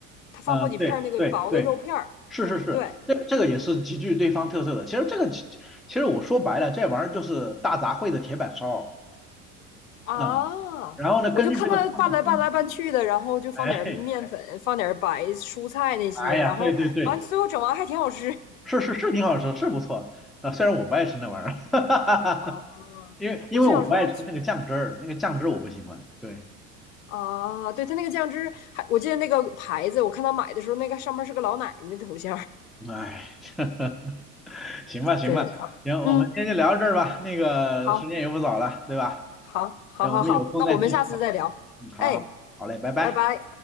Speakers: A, on the left; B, in the centre.
A: 他放好几片儿那个薄的肉片儿。
B: 嗯、对对对，是是是，
A: 对
B: 这这个也是极具对方特色的。其实这个其，其实我说白了，这玩意儿就是大杂烩的铁板烧，
A: 啊，
B: 嗯，然后呢，根据这个放的风格，
A: 我就看他拌来拌来拌去的，然后就放点儿面粉，
B: 哎
A: 放点儿白蔬菜那些，
B: 哎呀，
A: 然后完最后整完还挺好吃。
B: 对对对。是是是挺好吃，是不错啊。虽然我不爱吃那玩意儿，
A: 啊，
B: <laughs> 因为因为我不爱吃那个酱汁儿，
A: 我就想说我去，
B: 那个酱汁儿我不喜欢。对，
A: 啊，对，他那个酱汁还，我记得那个牌子，我看他买的时候，那个上面是个老奶奶的头像儿
B: 哎，<laughs> 行吧行吧，
A: 对，
B: 行，我们今天就聊到这儿吧。
A: <laughs> 嗯，
B: 那个时间也不早了，
A: 好，
B: 对吧？
A: 好，好，
B: 行，
A: 好，
B: 我们有空再继续。
A: 好，那我们下次再聊。
B: 嗯，好好好嘞，
A: 哎，
B: 拜拜。
A: 拜拜。